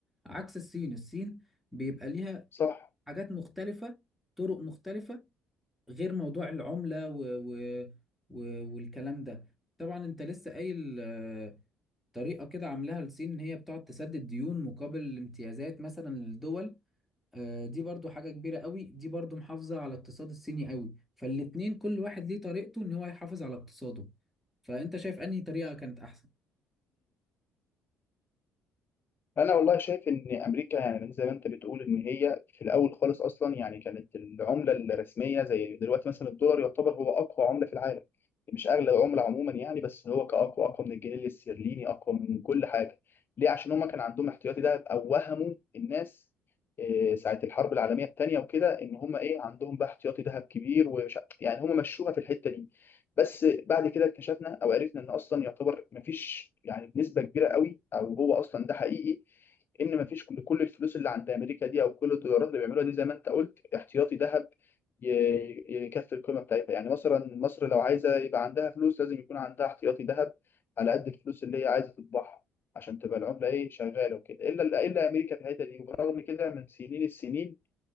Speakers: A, in the centre; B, on the left.
A: عكس الصين الصين بيبقى ليها
B: صح
A: حاجات مختلفة طرق مختلفة غير موضوع العملة و... و... و... والكلام ده طبعا انت لسه قايل آه، طريقة كده عاملاها الصين ان هي بتقعد تسدد ديون مقابل امتيازات مثلا للدول آه، دي برضو حاجة كبيرة قوي دي برضو محافظة على الاقتصاد الصيني قوي فالاتنين كل واحد ليه طريقته ان هو يحافظ على اقتصاده فانت شايف انهي طريقة كانت احسن
B: انا والله شايف ان امريكا يعني زي ما انت بتقول ان هي في الاول خالص اصلا يعني كانت العمله الرسميه زي دلوقتي مثلا الدولار يعتبر هو اقوى عمله في العالم مش اغلى عمله عموما يعني بس هو كاقوى اقوى من الجنيه الاسترليني اقوى من كل حاجه ليه عشان هما كان عندهم احتياطي دهب او وهموا الناس آه، ساعه الحرب العالميه الثانيه وكده ان هما ايه عندهم بقى احتياطي دهب كبير ومش ع- يعني هما مشوها في الحته دي بس بعد كده اكتشفنا او عرفنا ان اصلا يعتبر مفيش يعني بنسبه كبيره قوي او هو اصلا ده حقيقي ان مفيش كل كل الفلوس اللي عند امريكا دي او كل الدولارات اللي بيعملوها دي زي ما انت قلت احتياطي ذهب ي- يكفي القيمه بتاعتها يعني مثلا مصر لو عايزه يبقى عندها فلوس لازم يكون عندها احتياطي ذهب على قد الفلوس اللي هي عايزه تطبعها عشان تبقى العمله ايه شغاله وكده الا الا امريكا في الحته دي وبرغم كده من سنين السنين